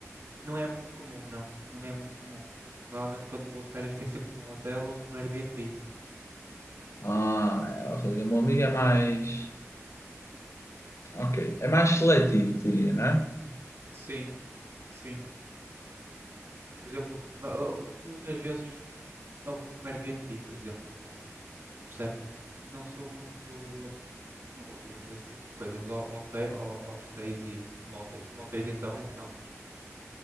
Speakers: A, on the right (about 60°); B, on the left (about 65°).
A: não é muito comum, não. Não é muito comum. Normalmente quando vou de férias fico sempre num hotel ou num Airbnb.
B: Ah, é, ou seja, o meu amigo é mais. Ok, é mais seletivo, diria, né
A: Sim, sim. Por exemplo, na- ah, muitas vezes alugo um Airbnb, por exemplo, não percebe, não sou muito, não uso muito esse tipo de coisas, ho- hotel, ho- hostéis e motéis. Motéis então é que não mesmo.